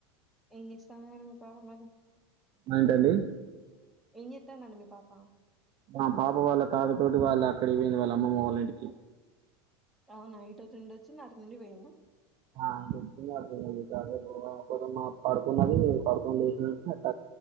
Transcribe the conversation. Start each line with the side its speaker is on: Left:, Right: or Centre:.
Centre: ఏం చేస్తంది మే పాపా మరి
Right: ఉ ఏంటండి
Centre: ఏం చేత్తందండి మీ పాపా
Right: మా పాప వాళ్ళ తాత తోటి వాళ్ళు అక్కడ కి పోయింది వాళ్ళ అమ్మమ్మ వాళ్ళ ఇంటికి.
Centre: అవునా ఇటు వచ్చి ఉండి వచ్చింది అటు నుండీ పోయిందా
Right: ఆ చెప్పింది అర్థం అయ్యింది తపుం మా పడుకున్నదిే పడుకొనిసినట్